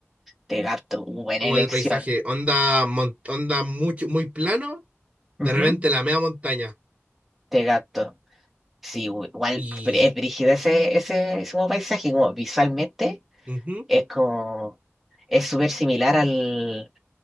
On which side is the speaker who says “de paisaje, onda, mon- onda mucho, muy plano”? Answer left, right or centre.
Right